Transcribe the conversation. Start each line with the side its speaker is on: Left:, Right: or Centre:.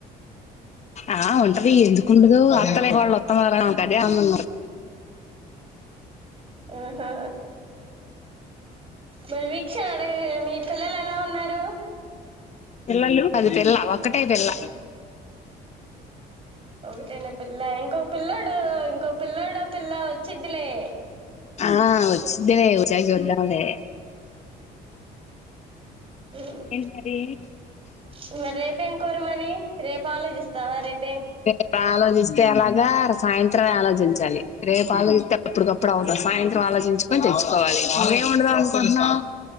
Left: ఆ ఉంటది ఎందుకు ఉండదు అత్త లేని కోడలు ఉత్తమురాలు అంటర్ గే అందంగా ఉంటది
Right: ఆహా మరి వీక్ష అడగ మీ పిల్లలు ఎలా ఉన్నారు
Left: పిల్లలు మాది పిల్ల ఒక్కటే పిల్ల
Right: ఒకటేనా పిల్ల ఇంకొక పిల్లడు ఇంకోక పిల్లడు పిల్ల వచ్చిద్లే
Left: ఆ వచ్చిద్దిలే వచ్చాక చూద్దాం లే
Right: మ్
Left: ఏంటి మరి
Right: ఇంగ రేపేం కూర మరి రేపు ఆలోచిస్తావా రేపు
Left: రేప్ ఆలోచిస్తే ఎలాగా సాయంత్రమే ఆలోచిం చాలి రేపు ఆలోచిస్తే అప్పుటికప్పుడు అవ్వదు సాయంత్రం ఆలోచించుకొని తెచ్చుకోవాలి నువ్వేం వండుదాం అనుకుంటున్నావ్